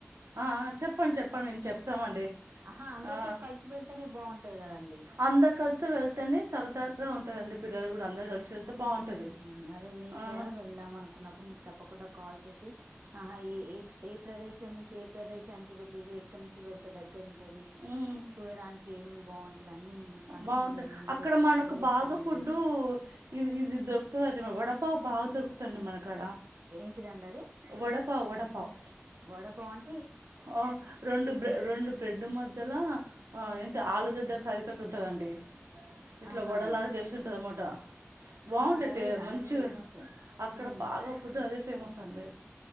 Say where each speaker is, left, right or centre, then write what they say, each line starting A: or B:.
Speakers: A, on the right; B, on the right.
A: ఆ ఆ చెప్పండి చెప్పండి మేం చెప్తామండి
B: ఆహా అందరితో
A: ఆ
B: కలిసి వెళ్తేనే బాగుంటది కదండి
A: అందరు కలిసి వెల్ తేనే సరదా సరదాగా ఉంటదండి. పిల్లలు కూడా అందరు కలిసి బాగుంటది
B: ఉ అదే మేము
A: ఆ
B: కూడా వెళ్దాం. అనుకున్నప్పుడు మీకు తప్పకుండా కాల్ చేసి ఆహ ఏ ఏ ప్రదేష్ ప్రదేశం నుంచి ఏ ప్రదేశానికి వెళ్ళిర్రు. ఎక్కడ నుంచి వెళ్తే దగ్గర ఉంటది.
A: ఉమ్
B: చూడడానికి ఏమేమి బావుంటంది అన్ని మిమ్మల్ని కనుక్కొని
A: బావుంట
B: మేము కూడా
A: అక్కడ మనకు
B: వెళ్ళొస్తామండి
A: బాగా ఫుడ్డు ఇది ఇది దొ తదండి వడపావ్ బాగా దొరుకుతండి. మనకాడ
B: ఏం టిదండి అది
A: వడపావ్ వడపావ్
B: వడపావ్ అం
A: ఆ రెండు బ్రె రెండు బ్రెడ్ మధ్యలా ఆ ఆలుగడ్డ కర్రీ తోటి ఉంటదండి. ఇట్ల
B: ఆహా
A: వడలాగా చేసింటమాట బావుంట
B: అక్కడ అదేనా
A: టే మంచి
B: అండి ఫేమస్
A: అక్కడ
B: ఉమ్
A: బాగా ఫుడ్ అదే ఫేమస్ అండి‌